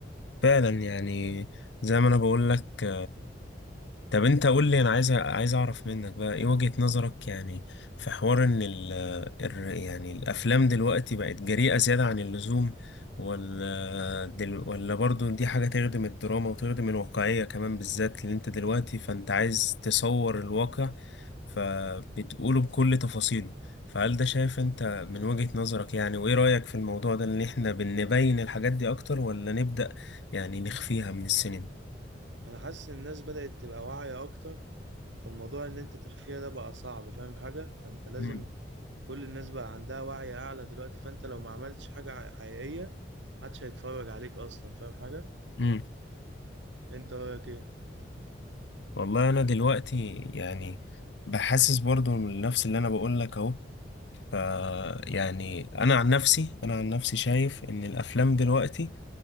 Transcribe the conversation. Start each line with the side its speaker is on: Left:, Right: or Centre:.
Left: فعلا يعني زي ما أنا بقول لك طب انت قول لي انا عايز عايز اعرف منك بقى ايه وجهة نظرك يعني في حوار ان ال ال- يعني الافلام دلوقتي بقت جريئة زيادة عن اللزوم ولا دل ولا برضو دي حاجة تخدم الدراما وتخدم الواقعية كمان بالذات اللي انت دلوقتي فانت عايز تصور الواقع فبتقوله بكل تفاصيله فهل ده شايف انت من وجهة نظرك يعني وايه رأيك في الموضوع ده ان احنا بنبين الحاجات دي اكتر ولا نبدأ يعني نخفيها من السينما؟
Right: انا حاسس ان الناس بدأت تبقى واعية اكتر فالموضوع ان انت تخفيها ده بقى صعب فاهم حاجة فانت لازم
Left: مم.
Right: كل الناس بقى عندها وعي اعلى دلوقتي فانت لو ما عملتش حاجة حقيقية محدش هيتفرج عليك اصلا فاهم حاجة
Left: مم.
Right: انت رايك ايه
Left: والله انا دلوقتي يعني بحسس برضو من نفس اللي انا بقول لك اهو ف يعني انا عن نفسي انا عن نفسي شايف ان الافلام دلوقتي